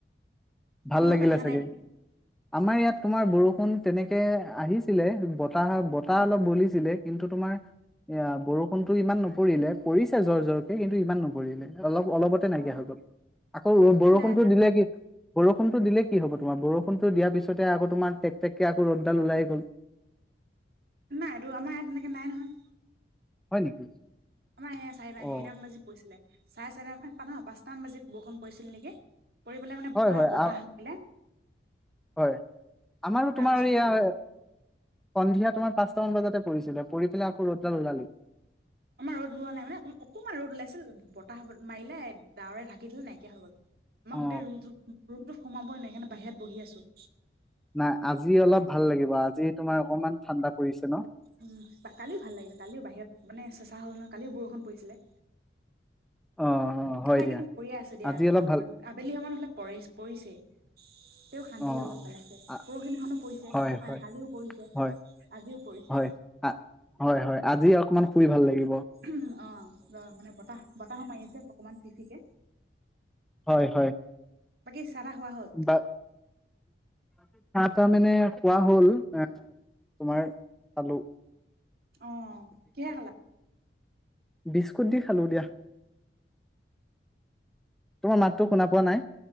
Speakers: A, in the centre; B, on the right.
A: ভাল
B: তোমালোকৰ
A: লাগিলে
B: তাত অহা
A: চাগে
B: নাই নেকি?
A: আমাৰ ইয়াত তোমাৰ বৰষুণ বষুণ তেনেকে আহিছিলে বতাহ বতাহ অলপ বলিছিলে কিন্তু তোমাৰ এ বৰষুনতো ইমান নপৰিলে পৰিছে জৰ জৰকে কিন্তু ইমান নপৰিলে অলপ অলপতে নাইকিয়া
B: অ
A: হৈ গ'ল আকৌ বৰষুণতো
B: এই নাই
A: দিলে কি বৰষুণটো দিলে কি হ'ব তোমাৰ বৰষুণটো দিয়াৰ পিছতে আকৌ তোমাৰ টেক টেকে আকৌ ৰ'দডাল ওলাই গ'ল
B: নাই ৰ আমাৰ ইয়াত তেনেকৈ নাই নহয়
A: হয় নেকি
B: আমাৰ চাৰি
A: অ
B: হেৰিটাম বাজি পৰিছিলে চাৰে চাৰেটান ন পাঁচটামান বাজি বৰষুণ পৰিছিল নেকি কৰি পেলাই মানে
A: হয়
B: পুৰা
A: হয়
B: বতাহ
A: আ
B: মাৰিলে
A: হয় আমাৰো
B: তাৰপিছতে
A: তোমাৰ এয়া
B: মই
A: সন্ধিয়া তোমাৰ পাঁচটা মান বজাতে পৰিছিলে পৰি পেলাই আকৌ ৰ'দাল ওলালি
B: আমাৰ ৰ'দ ওলোৱা নাই মানে অকণমান ৰ'দ ওলাইছিল বতাহ মাৰিলে ডাৱৰে ঢাকি দিলে নাইকিয়া হৈ গ'ল আমাৰ
A: অ অ
B: গোটেই ৰুমটো ৰুমতো সোমাবই নাই সেইকাৰণে বাহিৰত বহি আছো
A: নাই আজি অলপ ভাল লাগিব আজি তোমাৰ অকনমান ঠাণ্ডা পৰিছে ন
B: উম কালিও ভাল লাগিলে কালিও বাহিৰত মানে চেচা হ'ল নহয় কালিও বৰষুণ <inaudible>
A: অ অ হয়
B: আমাৰ একেইদম
A: দিয়া
B: পৰিয়ে আছে দিয়া
A: আজি
B: মানে
A: অলপ
B: অকমান
A: ভাল
B: আবেলি সময়হলে প পৰিছে তেওঁ শান্তি
A: অ
B: অলপ পাইছে
A: অ
B: পৰহি কালিও
A: হয় হয়
B: পৰিছে
A: হয়
B: আজিও পৰিছে
A: হয় হয় হয় আজি অকমান ফুৰি ভাল লাগিল
B: উ অ অ ৰ মানে বতাহ বতাহো মাৰি আছে অকমান চিফিকে
A: হয় হয়
B: বাকী চাহ তাহ খোৱা হল
A: বা ত মানে কোৱা হ'ল এ তোমাৰ আলু
B: অ কি খালা
A: বিস্কুট দি খালো দিয়া তোমাৰ মাতটো শুনা পোৱা নাই